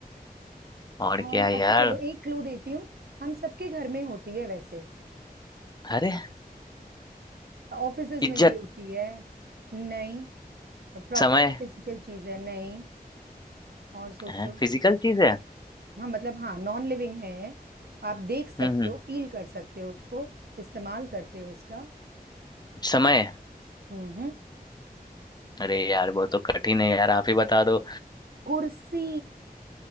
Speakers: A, on the left; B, on the right.
A: और
B: और
A: क्या है
B: अच्छा
A: यार
B: चलो एक क्लू देती हूँ हम सबके घर में होती है वैसे
A: अरे
B: ऑफिसेज
A: इज्जत
B: में भी होती है नहीं प्रॉपर
A: समय
B: एक फिजिकल चीज है नहीं और सोचो
A: है फिजिकल चीज है
B: हाँ मतलब हाँ नॉन लिविंग है आप देख सकते
A: हम्म हम्म
B: हो फील कर सकते हो उसको इस्तेमाल करते हो उसका
A: समय
B: हम्म
A: अरे यार वो तो कठिन है यार आप ही बता दो
B: कुर्सी